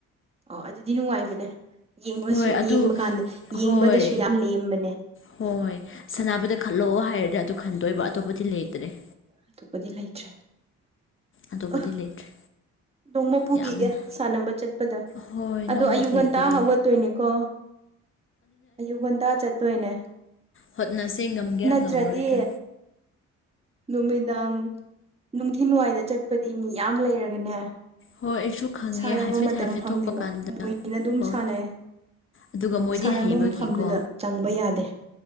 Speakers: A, on the right; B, on the left.
A: ꯑꯣ ꯑꯗꯨꯗꯤ ꯅꯨꯡꯉꯥꯏꯕꯅꯦ ꯌꯦꯡꯕꯁꯨ
B: ꯍꯣꯏ ꯑꯗꯨ
A: ꯌꯦꯡꯕ ꯀꯥꯟꯗ ꯌꯦꯡꯕꯗꯁꯨ
B: ꯍꯣꯏ
A: ꯌꯥꯝ ꯂꯦꯝꯕꯅꯦ꯫
B: ꯍꯣꯏ ꯁꯅꯥꯕꯗ ꯈꯜꯂꯛꯑꯣ ꯍꯥꯏꯔꯗꯤ ꯑꯗꯨ ꯈꯟꯗꯣꯏꯕ ꯑꯇꯣꯞꯄꯗꯤ ꯂꯩꯇ꯭ꯔꯦ
A: ꯑꯇꯣꯞꯄꯗꯤ ꯂꯩꯇ꯭ꯔꯦ
B: ꯑꯇꯣꯞꯄꯗꯤ
A: ꯑ
B: ꯂꯩꯇ꯭ꯔꯦ
A: ꯅꯣꯡꯃ ꯄꯨꯕꯤꯒꯦ
B: ꯌꯥꯝꯅ
A: ꯁꯥꯟꯅꯕ ꯆꯠꯄꯗ
B: ꯍꯣꯏ
A: ꯑꯗꯣ
B: ꯅꯣꯡꯃ
A: ꯑꯌꯨꯛ
B: ꯄꯨꯕꯤꯌꯣ
A: ꯉꯟꯇꯥ ꯍꯧꯒꯠꯇꯣꯏꯅꯤꯀꯣ ꯑꯌꯨꯛ ꯉꯟꯇꯥ ꯆꯠꯇꯣꯏꯅꯦ
B: ꯍꯣꯠꯅꯁꯦ ꯉꯝꯒꯦꯔꯥ
A: ꯅꯠꯇ꯭ꯔꯗꯤ
B: ꯉꯝꯃꯔꯣꯏꯗ꯭ꯔꯥ
A: ꯅꯨꯃꯤꯗꯥꯡ ꯅꯨꯡꯊꯤꯟꯋꯥꯏꯗ ꯆꯠꯄꯗꯤ ꯃꯤ ꯌꯥꯝ ꯂꯩꯔꯒꯅꯦ
B: ꯍꯣꯏ ꯑꯩꯁꯨ ꯈꯪꯉꯦ
A: ꯁꯥꯟꯅꯕ
B: ꯍꯥꯏꯐꯦꯠ
A: ꯃꯇꯝ
B: ꯍꯥꯏꯐꯦꯠ
A: ꯐꯪꯗꯦꯕ
B: ꯊꯣꯛꯄ ꯀꯥꯟꯗ
A: ꯃꯣꯏꯅ ꯑꯗꯨꯝ
B: ꯍꯣꯏ
A: ꯁꯥꯟꯅꯩ
B: ꯑꯗꯨꯒ ꯃꯣꯏꯗꯤ
A: ꯁꯥꯟꯅꯕ
B: ꯍꯩꯕꯒꯤꯀꯣ
A: ꯃꯐꯝꯗꯨꯗ ꯆꯪꯕ ꯌꯥꯗꯦ